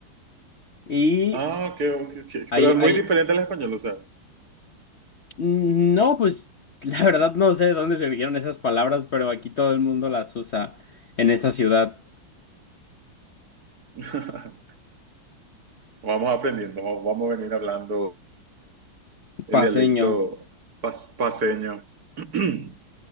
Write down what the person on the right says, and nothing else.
ah, qué, qué- qué-
Pero es
muy diferente al español, o sea.
<laughs> Vamos aprendiendo, va- vamos a venir hablando el
dialecto pas- paseño. <clears throat>